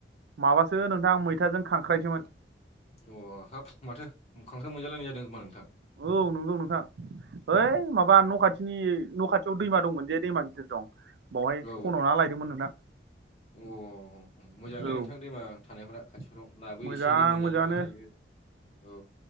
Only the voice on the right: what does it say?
माबासो नोंथां मैथाजों खांख्रायसोमोन
औ नंगौ नोंथां
हैओइ माबा न' खाथिनि न' खाथियाव दैमा दंमोन जे दैमा गिदिर दं बावहाय
खन'ना लायदोंमोन नोंथां
औ
मोजां
मोजाङानो